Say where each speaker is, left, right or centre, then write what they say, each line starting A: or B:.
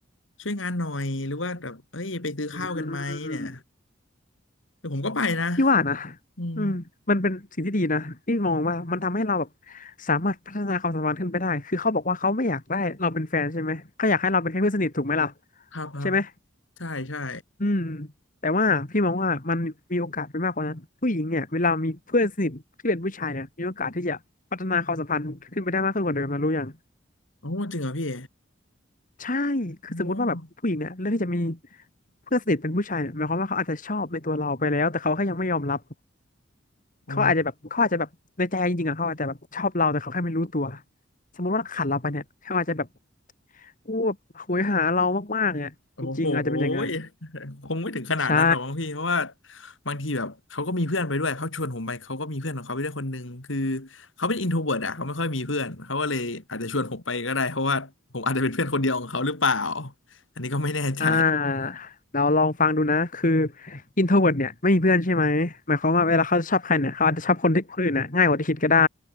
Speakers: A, on the left (about 70°); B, on the left (about 40°).
A: ช่วยงานหน่อยหรือว่าแบบเอ้ยไปซื้อข้าวกันไหมเนี่ย
B: อืม
A: เดี๋ยวผมก็ไปนะ
B: พี่ว่านะ
A: อืม
B: อืมมันเป็นสิ่งที่ดีนะ พี่มองว่ามันทำให้เราแบบสามารถพัฒนาความสัมพันธ์ขึ้นไปได้ คือเขาบอกว่าเขาไม่อยากได้เราเป็นแฟนใช่ไหม เขาอยากให้เราเป็นแค่เพื่อนสนิทถูกไหมล่ะ
A: ครับครับ
B: ใช่ไหม
A: ใช่ใช่
B: อืมแต่ว่าพี่มองว่ามันมีโอกาสไปมากกว่านั้นผู้หญิงเนี่ยเวลามีเพื่อนสนิทที่เป็นผู้ชายเนี่ยมีโอกาสที่จะพัฒนาความสัมพันธ์ขึ้นไปได้มากขึ้นกว่าเดิมนะรู้ยัง
A: โอ้จริงเหรอพี่
B: ใช่คือสมมติว่าแบบผู้หญิงเนี่ยเลือกที่จะมี
A: โอ้
B: เพื่อนสนิทเป็นผู้ชายเนี่ยหมายความว่าเขาอาจจะชอบในตัวเราไปแล้วแต่เขาแค่ยังไม่ยอมรับ เขาอาจจะแบบเขาอาจจะแบบในใจจริงๆอะเขาอาจจะแบบชอบเราแต่เขาแค่ไม่รู้ตัว
A: โอ้
B: สมมติว่าขาดเราไปเนี่ยเขาอาจจะแบบอู้แบบโหยหาเรามากๆเนี่ยจริงๆอาจจะเป็นอย่างนั้น
A: โอ้โหยคงไม่ถึงขนาดนั้นหรอกมั้งพี่เพราะว่า
B: ใช่
A: บางทีแบบเขาก็มีเพื่อนไปด้วยเขาชวนผมไปเขาก็มีเพื่อนของเขาไปด้วยคนนึงคือเขาเป็นอินโทรเวิร์ตอะเขาไม่ค่อยมีเพื่อนเขาก็เลยอาจจะชวนผมไปก็ได้เพราะว่าผมอาจจะเป็นเพื่อนคนเดียวของเขาหรือเปล่าอันนี้ก็ไม่แน่ใจ
B: อ่าเราลองฟังดูนะคืออินโทรเวิร์เนี่ยไม่มีเพื่อนใช่ไหมหมายความว่าเวลาเขาชอบใครเนี่ยเขาอาจจะชอบคนที่คนอื่นนะง่ายกว่าที่คิดก็ได้